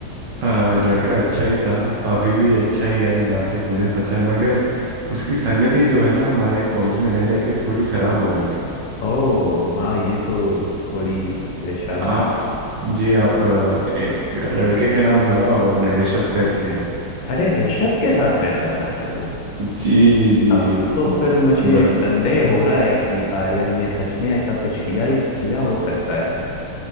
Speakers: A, on the right; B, on the left.
A: अ, लड़का अच्छा ही था अभी भी अच्छा ही है जहाँ तक मुझे पता है मगर उसकी संगति जो है ना हमारे कॉलेज में रह रह के थोड़ी खराब हो गई थी
B: ओ हाँ ये तो थोड़ी परेशानी
A: आप जी आप अ, एक लड़के का नाम सुना होगा आपने ऋषभ करके है
B: अरे ऋषभ के साथ रहता था क्या वो
A: जी जी जी
B: अब
A: वो
B: तो फिर मुझे
A: बद
B: संदेह हो रहा है कि आर्यन ने सच में ऐसा कुछ किया किया हो सकता है